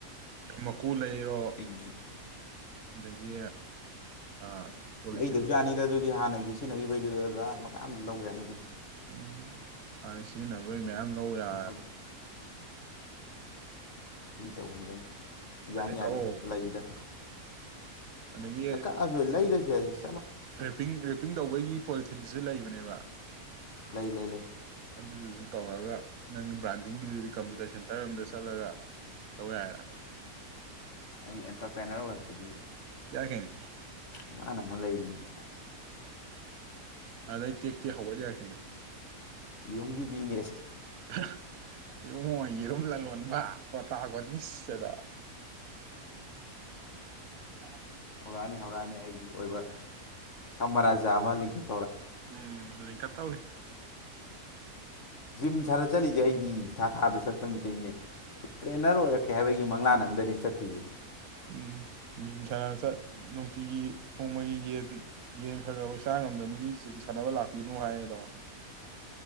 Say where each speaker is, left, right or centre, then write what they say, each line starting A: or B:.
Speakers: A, on the right; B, on the left.
A: ꯃꯀꯨ ꯂꯩꯔꯣ
B: ꯑꯩꯒꯤꯁꯨ
A: ꯑꯗꯒꯤ ꯑ ꯄꯣꯂꯤ
B: ꯂꯩꯗꯕꯁꯨ
A: ꯆꯗꯤ
B: ꯌꯥꯅꯤꯗ ꯑꯗꯨꯗꯤ ꯍꯥꯟꯅꯒꯤ ꯁꯤꯖꯤꯟꯅꯈꯤꯕꯩꯗꯨꯗ ꯑꯗꯨꯞ ꯃꯌꯥꯝ ꯂꯧ ꯌꯥꯅꯤ ꯑꯗꯨꯗꯤ
A: ꯎꯝ ꯍꯥꯟꯅ ꯁꯤꯖꯤꯟꯅꯕꯣꯏ ꯃꯌꯥꯝ ꯌꯥꯝ ꯅꯧ ꯌꯥ
B: ꯁꯨꯝ ꯀ ꯇꯧꯕꯅꯤꯗ ꯑꯩꯅ ꯌꯥꯅꯤ
A: ꯑꯗꯩ ꯀꯛꯑꯣ
B: ꯌꯥꯅꯤ ꯂꯩꯗ
A: ꯑꯗꯒꯤ
B: ꯀꯛꯑꯁꯨ ꯂꯩꯗꯁꯨ <inaudible>
A: ꯔꯦꯄꯤꯡ ꯔꯦꯞꯄꯤꯡ ꯇꯧꯕꯒꯤ ꯄꯣꯂꯤꯊꯤꯟꯁꯤꯦ ꯂꯩꯕꯅꯦ ꯋꯥ
B: ꯂꯩ ꯂꯩ ꯂꯩ
A: ꯑꯗꯨꯗꯨꯁꯨ ꯇꯧꯔꯒ ꯅꯪ ꯕ꯭ꯔꯥꯟꯗꯤꯡꯒꯤꯗꯨꯗꯤ ꯀꯝꯄ꯭ꯌꯨꯇꯔ ꯁꯦꯟꯇꯔ ꯑꯝꯗ ꯆꯠꯂꯒ ꯇꯧ ꯌꯥꯏꯅ
B: ꯑꯩ ꯑꯦꯟꯇꯔꯄ꯭ꯔꯦꯅꯔ ꯑꯣꯏꯔꯛꯄꯒꯤ
A: ꯌꯥꯏ ꯀꯩꯅꯣ
B: ꯏꯥꯟ ꯑꯃ ꯂꯩꯔꯤꯅꯦꯕ
A: ꯑ ꯑꯗꯩ ꯇꯦꯛ ꯇꯦꯛ ꯍꯧꯒꯠ ꯌꯥꯏ ꯀꯩꯅꯣ꯫
B: ꯌꯨꯝꯒꯤ ꯕꯤꯖꯤꯅꯦꯁ
A: ꯑꯍ ꯏꯕꯨꯉꯣ ꯌꯦꯔꯨꯝ ꯂꯂꯣꯟ ꯑꯣꯟꯕ ꯄ꯭ꯔꯣꯇꯥꯒꯣꯅꯤꯁꯠ ꯑꯗꯣ <unintelligible>
B: ꯍꯧꯔꯛꯑꯅꯤ ꯍꯧꯔꯛꯑꯅꯤ ꯑꯩꯒꯤ ꯑꯣꯏꯕ ꯁꯝꯃꯥꯔꯥꯖꯥ ꯑꯃ ꯂꯤꯡꯈꯠ
A: ꯎꯝ ꯂꯤꯡꯈꯠ ꯇꯧꯔꯤ꯫
B: ꯖꯤꯝ ꯁꯥꯟꯅ ꯆꯠꯂꯤꯁꯦ ꯑꯩꯗꯤ ꯊꯥ ꯊꯥꯗ ꯆꯠꯄ ꯅꯠꯇꯦꯅꯦ ꯇ꯭ꯔꯦꯅꯔ ꯑꯣꯏꯔꯛꯀꯦ ꯍꯥꯏꯕꯒꯤ ꯃꯪꯂꯥꯟ ꯑꯃꯗꯅꯤ ꯆꯠꯇꯣꯏꯁꯤ꯫
A: ꯎꯝ ꯖꯤꯝ ꯁꯥꯟꯅ ꯆꯠ ꯅꯨꯡꯇꯤꯒꯤ ꯅꯣꯡꯃꯒꯤ ꯌꯦꯟ ꯌꯦꯟ ꯈꯔ ꯈꯔ ꯆꯥ ꯉꯝꯗꯕ ꯃꯤꯗꯤ ꯖꯤꯝ ꯁꯥꯟꯅꯕ ꯂꯥꯛꯄꯤꯅꯨ ꯍꯥꯏꯌꯦꯗꯣ꯫